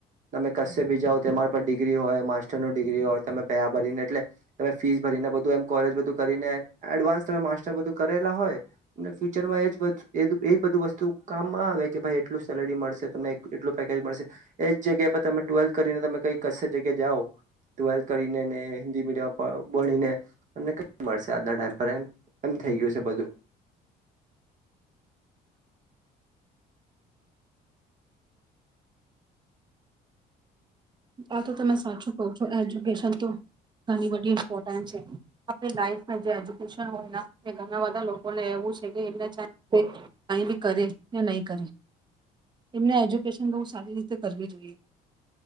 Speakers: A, on the right; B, on the right.
A: તમે ક બીજાવ તમારા પર ડિગ્રી હોય માસ્ટર ન ડિગ્રી હોય તમે પેહ ભરીને એટલે તમે ફીસ ભરીને બધું એમ કોલેજ બધું કરીને એડવાન્સ તમે માસ્ટર બધું કરેલા હોય ફ્યુચરમાં એ એ બધું વસ્તુ કામમાં આવે કે ભાઈ એટલું સેલેરી મળશે તમને એટલું પેકેજ મળશે. એજ જગ્યા પર તમે ટ્વેલ્થ કરીને તમે કઈ કશ જગ્યા જાઓ ટ્વેલ્થ કરીને હિન્દી મીડિયમ બોનેમને મળશે આજના ટાઈમ પર એમ થઈ ગયું છે બધું.
B: આ તો તમે સાચું કહો છો એજ્યુકેશન તો ઘણી બધી ઇમ્પોર્ટન્સ છે આપ લાઈફમાં જે એજ્યુકેશન હોય એ ઘણા બધા લોકોને એવું છે કે એમને કંઈ બી કરે કે નહીં કરે એમને એજ્યુકેશન બહુ સારી રીતે કરવી જોઈએ.